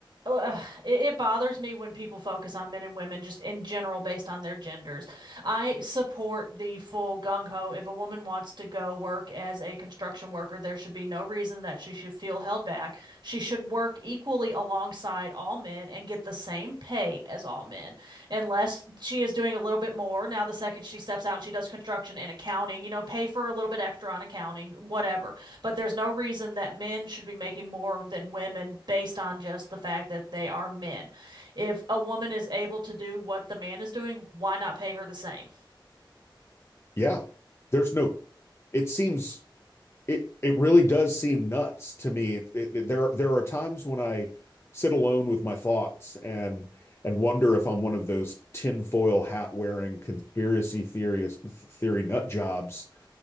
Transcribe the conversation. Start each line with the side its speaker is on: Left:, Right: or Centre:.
Right: uh, it, it bothers me when people focus on men and women just in general based on their genders. I support the full gung ho. If a woman wants to go work as a construction worker, there should be no reason that she should feel held back. She should work equally alongside all men and get the same pay as all men. unless she is doing a little bit more. Now, the second she steps out and she does construction and accounting, you know, pay for a little bit extra on accounting, whatever. But there's no reason that men should be making more than women based on just the fact that they are men. If a woman is able to do what the man is doing, why not pay her the same?
Left: Yeah, there's no, it seems It it really does seem nuts to me. It, it, there there are times when I sit alone with my thoughts and and wonder if I'm one of those tinfoil hat wearing conspiracy theorist theory nut jobs